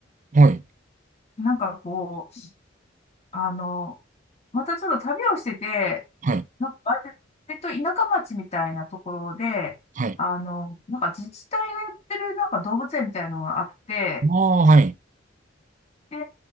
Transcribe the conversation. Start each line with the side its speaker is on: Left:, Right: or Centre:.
Right: はい。
Left: なんかこう、あの、またちょっと旅をしてて、
Right: はい。
Left: なんか割と田舎町みたいなところで、
Right: はい。
Left: あの、なんか自治体がやってるなんか動物園みたいなのがあって、
Right: まああ、はい。
Left: で、